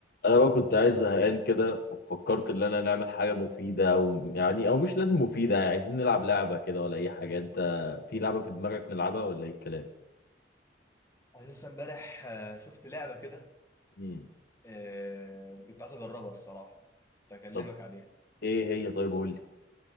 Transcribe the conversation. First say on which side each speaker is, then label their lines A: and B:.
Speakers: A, on the left (about 60°); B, on the left (about 15°).
A: انا بقى كنت قاعد زهقان كده ففكرت ان انا نعمل حاجه مفيده او يعني او مش لازم مفيده يعني عايزين نلعب لعبه كده ولا اي حاجه انت في لعبه في دماغك نلعبها ولا ايه الكلام
B: انا لسه امبارح آه، شفت لعبه كده
A: امم
B: آه، وكنت عايز اجربها الصراحه كنت هكلمك
A: طب
B: عليها
A: ايه هي طيب قول لي